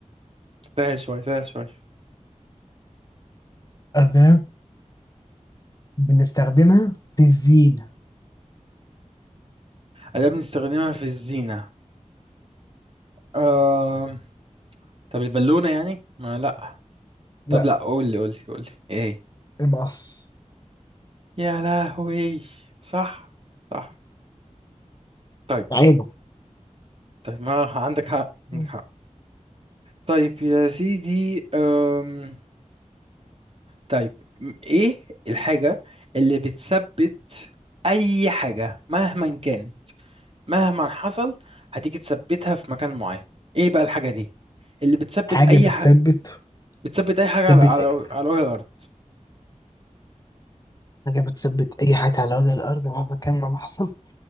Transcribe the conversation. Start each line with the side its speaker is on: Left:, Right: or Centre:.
Right: سهل شوية سهل شوية
Left: أداة بنستخدمها في الزينة
Right: أداة بنستخدمها في الزينة آم... طب البالونة يعني ما لا
Left: لا
Right: طب لا قولي قولي قولي ايه
Left: المقص
Right: يا لهوي صح صح طيب
Left: عينه
Right: طيب ما عندك حق عندك
Left: مم.
Right: حق طيب يا سيدي أم... طيب م- ايه الحاجة اللي بتثبت أي حاجة مهما كانت مهما حصل هتيجي تثبتها في مكان معين ايه بقى الحاجة دي اللي بتثبت
Left: حاجة
Right: اي
Left: بتثبت
Right: حاجة بتثبت اي حاجة
Left: بتثبت
Right: على على
Left: أي
Right: على وجه الارض
Left: حاجة بتثبت أي حاجة على وجه الأرض مهما كان ما حصل